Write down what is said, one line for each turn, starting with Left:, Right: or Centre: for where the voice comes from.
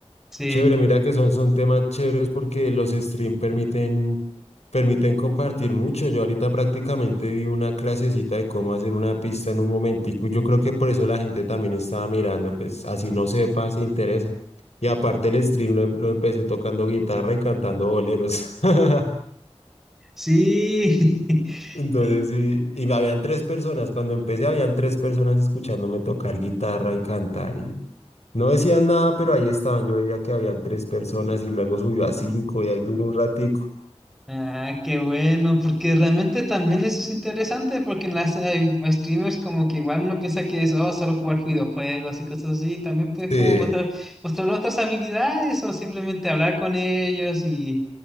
Centre: sí,
Left: chévere. Mira que son, son temas chéveres porque los streams permiten, permiten compartir mucho. Yo ahorita prácticamente vi una clasecita de cómo hacer una pista en un momentico. Y yo creo que por eso la gente también estaba mirando, pues así no sepa, se interesa. Y aparte el stream lo, em- lo empecé tocando guitarra y cantando boleros. <laughs>
Centre: sí. <laughs>
Left: Entonces,
Centre: Y,
Left: sí, y me habían tres personas. Cuando empecé, habían tres personas escuchándome tocar guitarra y cantar. Y no decían nada, pero ahí estaban. Yo veía que habían tres personas y luego subió a cinco y ahí duró un ratico.
Centre: Ah, qué bueno, porque realmente también eso es interesante, porque en las eh, streamers como que igual uno piensa que es oh, solo jugar videojuegos y cosas así, también puedes
Left: Sí.
Centre: como mostrar, mostrar otras habilidades o simplemente hablar con ellos y,